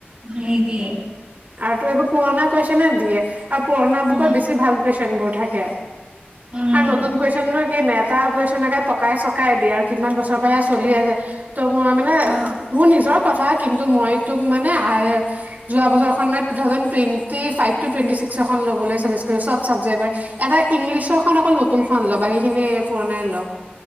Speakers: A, on the right; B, on the right.
A: নিদিয়ে
B: আৰু তোৰ এইবোৰ পুৰণা কোৱেষ্টন নে দিয়ে আৰু পুৰণা
A: উম
B: কত বেছি ভাল কুৱেছন বোৰ থাকে
A: উম
B: আৰু নতুন কুৱেচন নু কি তাৰ কুৱেচন নকে পকাই চকাই দিয়ে আৰু কিমান বস্তু চলি আছে ত' মই মানে
A: অ
B: তোৰ নিজৰ কথা কিন্তু মই তোক মানে আৰ যোৱা বছৰ খন মানে two thousand twenty five twenty six ল'বলে। ব চাবজেক্ট এটা ইংলিছৰ অকল নতুন খন লবা এই খিনি পুৰণাই ল